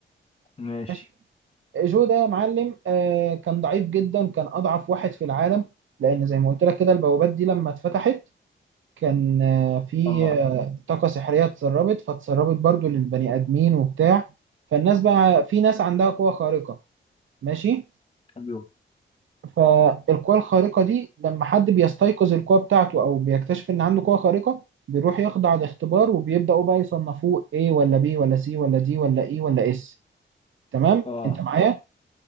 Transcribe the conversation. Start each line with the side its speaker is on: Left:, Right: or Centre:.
Left: ماشي
Right: ماشي جو ده معلم آه، كان ضعيف جدا كان اضعف واحد في العالم لان زي ما قلت لك كده البوابات دي لما اتفتحت كان آه، في
Left: اه
Right: آه، طاقه سحريه اتسربت فاتسربت برضو للبني ادمين وبتاع فالناس بقى في ناس عندها قوه خارقه ماشي
Left: ايوه
Right: فالقوى الخارقة دي لما حد بيستيقظ القوة بتاعته أو بيكتشف إن عنده قوة خارقة بيروح يخضع لاختبار وبيبدأوا بقى يصنفوه A ولا B ولا C ولا D ولا E ولا S تمام
Left: اه
Right: أنت معايا؟ A